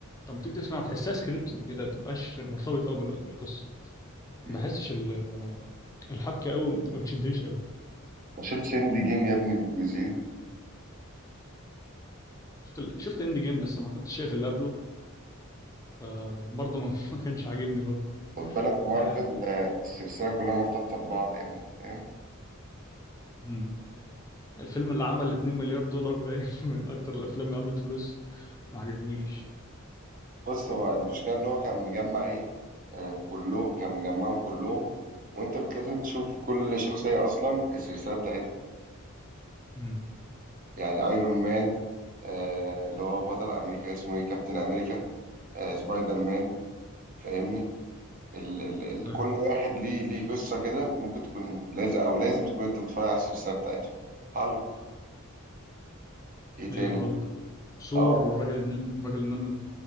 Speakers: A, on the left; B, on the right.
A: لما تيجي تسمعها بتحسها سكريبتد كده ما بتبقاش مرتبط قوي بالقصه
B: مم.
A: ما بحسش ال- الحبكه قوي ما بتشدنيش قوي
B: ما شفتش اند جيم يا ابني الجزئين
A: شفت ال- شفت اند جيم بس ما كنتش شايف اللي قبله فبرضه ما <laughs> ما كانش عاجبني برضه
B: خد بالك مارفل
A: يعني
B: آه، السلسلة كلها مرتبطة ببعض يعني فاهم
A: مم. الفيلم اللي عمل 2 مليار دولار باين <laughs> من اكتر الافلام اللي عملت فلوس ما عجبنيش
B: بص هو المشكلة ان هو كان مجمع ايه آه كله كان مجمعهم كلهم وانت كنت لازم تشوف كل شخصية اصلا السلسلة بتاعتها
A: مم.
B: يعني ايرون مان آه اللي هو بطل امريكا اسمه ايه كابتن امريكا آه، سبايدر مان فاهمني ال ال ال
A: مم.
B: كل واحد ليه ليه قصة كده ممكن تكون لازم أو لازم تكون أنت متفرج على السلسلة بتاعتهم هالك إيه تاني
A: ايوه هالك وثور
B: أه
A: والراجل النم... والراجل النملة